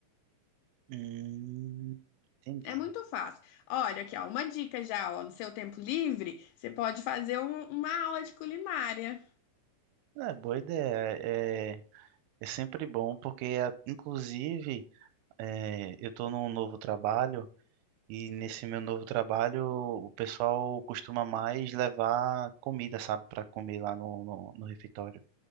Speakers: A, on the right (about 85°); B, on the left (about 85°).
A: Hum, entendi.
B: É muito fácil. Olha aqui, ó, uma dica já, ó, no seu tempo livre, você pode fazer um- uma aula de culinária.
A: É, boa ideia. É, É sempre bom, porque a- inclusive é, eu estou num novo trabalho e nesse meu novo trabalho o pessoal costuma mais levar comida, sabe, para comer lá no, no, no refeitório,